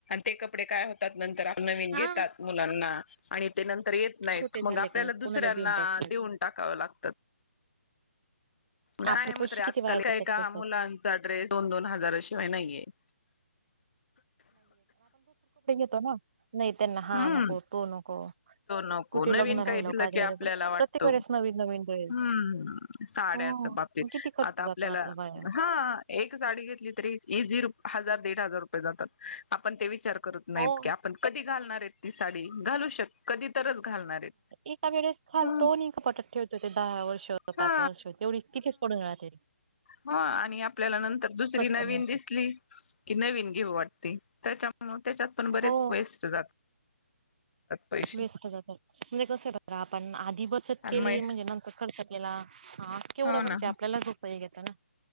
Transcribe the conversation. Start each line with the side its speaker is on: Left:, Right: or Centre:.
Left: ते कपडे काय होतात नर आपु नवीन
Right: हा
Left: घेतात मुलांना आणि ते नंतर येत नाहीत
Right: छोटे
Left: मग
Right: झाले
Left: आपल्याला
Right: का कोणाला
Left: दुसऱ्यांना
Right: देऊन टाकतात
Left: देऊन टाक कावं लागतात. काय
Right: आपले
Left: म्हंडल
Right: पैसे
Left: तरी आजकालय
Right: किती वाया जातात
Left: का
Right: त्याच्यात
Left: मुलांचा ड्रेस दोन दोन हजार शी वाय नाही येत.
Right: त्याना नाही तर ना हा
Left: हम्म
Right: नको तो नको.
Left: नको
Right: कुठे
Left: नवीन
Right: लग्न
Left: काही
Right: राहिलं
Left: दिलं
Right: पाहिजे
Left: की आपल्याला वाटतो.
Right: प्रत्येक वेळेस नवीन नवीन ड्रेस
Left: हम्म साड्या
Right: हो
Left: च बबतीत
Right: किती खर्च
Left: आता आपल्याला
Right: जातो आपला वाया
Left: हा एक साडी घेतली तर ईजी हजार दड हजार रुपये जातात आपण ते विचार करत नाहीत
Right: हो
Left: की आपण कधी घालणार ये ती साडी घालू शक कधी तरच घालणार आहेत
Right: एका वेळेस घालतो
Left: हम्म,
Right: आणि कपाटात ठेवतो ते दहा वर्ष
Left: हा
Right: पाच वर्ष होते. तेवढीच किथेच पडून राहतेरी.
Left: हो आणि आपल्याला नंतर दुसरी नवीन
Right: पण नाही
Left: दिसली की नवीन घेव वाट. ते त्याच्यामु त्याच्यात पण बरेच
Right: हो
Left: वेस्ट जातात. पैसे
Right: वेस्ट जातात. म्हणजे कस आहे बघ आपण आधी बचत
Left: आणि
Right: केली
Left: मग
Right: म्हणजे नंतर खर्च आपल्याला हा केवढं
Left: हो
Right: म्हणजे
Left: ना
Right: आपल्यालाच सोप हे घेतं ना.